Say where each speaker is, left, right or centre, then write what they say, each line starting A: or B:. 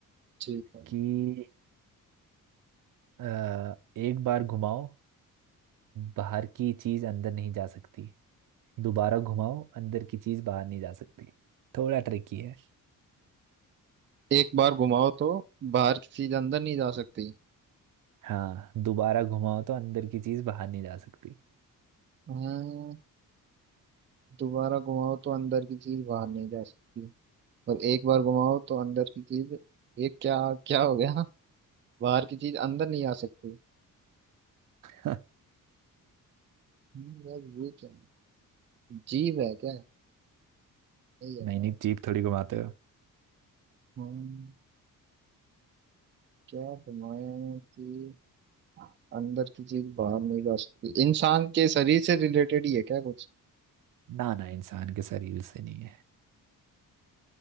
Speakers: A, on the right; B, on the right.
A: ठीक है
B: कि अ, एक बार घुमाओ बाहर की चीज अंदर नहीं जा सकती दोबारा घुमाओ अंदर की चीज बाहर नहीं जा सकती थोड़ा ट्रिकी है
A: एक बार घुमाओ तो बाहर की चीज अंदर नहीं जा सकती
B: हाँ दोबारा घुमाओ तो अंदर की चीज बाहर नहीं जा सकती
A: हाँ दोबारा घुमाओ तो अंदर की चीज बाहर नहीं जा सकती और एक बार घुमाओ तो अंदर की चीज ये क्या क्या हो गया <laughs> बाहर की चीज अंदर नहीं आ सकती
B: <laughs>
A: हम्म, यार ये क्या है जीव है क्या ए यार
B: नहीं नहीं जीप थोड़ी घुमाते हो
A: हम्म क्या बनाया कि अंदर की चीज बाहर नहीं जा सकती इंसान के शरीर से रिलेटेड ही है क्या कुछ
B: ना ना इंसान के शरीर से नहीं है